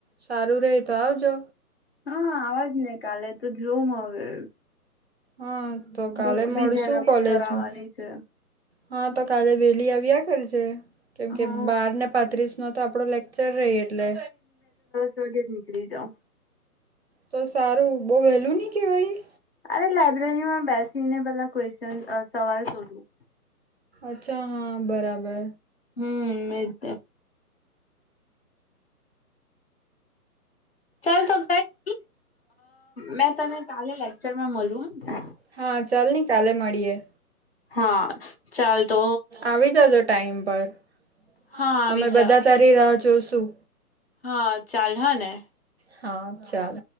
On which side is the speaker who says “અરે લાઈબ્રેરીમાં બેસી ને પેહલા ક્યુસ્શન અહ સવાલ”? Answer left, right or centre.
Left